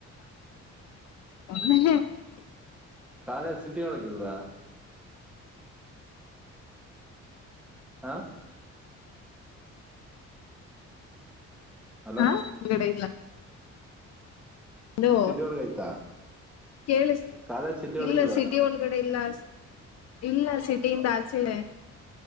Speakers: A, on the left; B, in the centre.
A: <unintelligible> <unintelligible>
B: <inaudible> ಕಾಲೇಜ್ ಸಿಟಿ ಒಳಗಿಲ್ಲಾ. ಆ ಹಲೋ
A: ಆ <unintelligible> ಹಲೋ
B: ಸಿಟಿ ಒಳಗ ಆಯ್ತಾ
A: ಕೇಳಸ್ತಿ
B: ಕಾಲೇಜ್ ಸಿಟಿ
A: ಇಲ್ಲ
B: ಒಳಗಿಲ್ವಾ
A: ಸಿಟಿ ಒಳಗಡೆ. ಇಲ್ಲ ಸು ಇಲ್ಲ ಸಿಟಿ ಇಂದ ಆಚೆ.